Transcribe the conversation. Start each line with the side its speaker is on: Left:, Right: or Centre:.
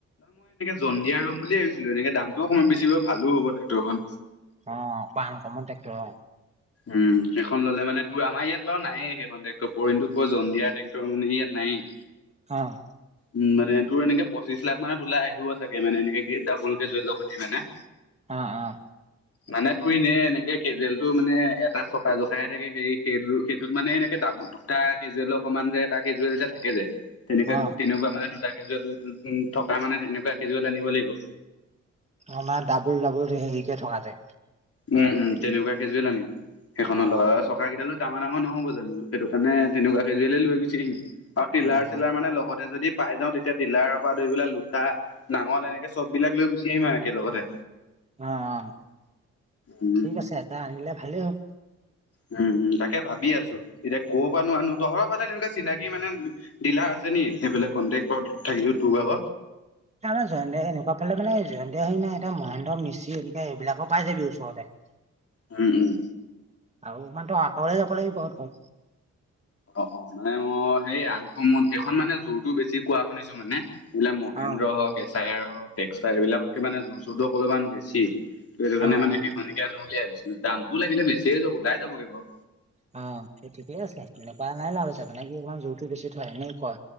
Left: ডন্ধিয়া লম বুলি ভাবিছিলো এনেক দামটো অকমান বেছি হয় ভালো হব টেক্টৰখন।
Right: অ' অকমান আনকমন ট্ৰেক্টৰ।
Left: উম' সেইখন ল'লে মানে তোৰ আমাৰ ইয়াত বাৰু নায়েই সেইখনেৰে, ফৰ ইনটো ফৰ জন্দিয়া ট্ৰেকটৰ মানে ইয়াত নায়েই।
Right: অ'
Left: উম' মানে তোৰ এনেকে পঁচিছ লাখ মানত ওলাই আহিব চাগে মানে এনেকে ডাবুল কেজুৱেল খনি মানে।
Right: অ' অ'
Left: মানে তোৰ এনে এনেকে কেজুৱেলটো মানে। এটা চকা জোখাইে থাকে সে সেইটো সেইটোত মানে এনেকে ডাবুল। দুটা কেজুৱেলৰ সমান যে এটা কেজুৱেল যে থাকে যে। তেনেকুৱা,
Right: অ
Left: তেনেকুৱা মানে দুটা কেজুৱেল থকা মানে তেনেকুৱা কেজুৱেল আনিব লাগিব।
Right: অমাৰ ডাবুল-ডাবুল হেৰিকে থকা যে।
Left: উমঁ-উমঁ, তেনেকুৱা কেজুৱেল আনিম। সেইখনৰ
Right: অ
Left: লগত-
Right: অ
Left: থকা কেইডালো ডাঙৰ-ডাঙৰ নহ'ব জানো সেইটো কাৰণে তেনেকুৱা কেজুৱেল লৈ গুচি আহিম আৰু- টিলাৰ-চিলাৰ
Right: অ অ
Left: মানে লগতে যদি- পাই যাওঁ তেতিয়া টিলাৰৰ পৰা ধৰি পেলাই লোটা, নাঙল এনেকে চববিলাক লৈ গুচি আহিম আৰু একে লগতে।
Right: অঁহ', -অঁহ',
Left: উম,
Right: ঠিক আছে এতিয়া আনিলে ভালেই হ'ব।
Left: উমঁ-উমঁ, তাকে ভাবি আছো, এতিয়া ক'ৰ পৰা নো আনো। তহঁতৰ ফালে তেনেকুৱা চিনাকি মানে- ডিলাৰ আছে নিকে সেইফালে কণ্টেক থাকিব তোৰ ভাগ?
Right: আমাৰ জয়ন্ত এনেকুৱা ফালে মানে জয়ন্ত হৰি নাই এতিয়া মহেন্দ্ৰ মিশি এনেকা এইবিলাকৰ পৰাই যাবি ওচৰতে। <unintelligible>
Left: উমঁ-উমঁ।
Right: আৰু অকণমান তো আঁতৰলে যাব লাগিব আৰু।
Left: অঁহ', -অঁহ', -মানে অঁ', -সেই আনকমন সেইখন মানে জোৰটো বেছি কোৱা শুনিছো মানে। এইবিলাক মহেন্দ্ৰ
Right: অ
Left: হওঁক, এচাইৰ হওঁক, টেক্সটাইল, এইবিলাকতকে মানে জোৰ চোৰটো অলপমান বেছি। ত' সেইটো কাৰণে
Right: অ অ
Left: সেইখনকে আনো বুলি ভাবিছিলো, দামটো লাগিলে বেছিয়ে হওঁক ওলাই যাবগে বাৰু।
Right: অঁহ', -সেই ঠিকে আছে, তেনেকুৱা লোৱাই লাভ আছে মানে কি অকণমান জোৰটো বেছি হয় এনেকুৱাই।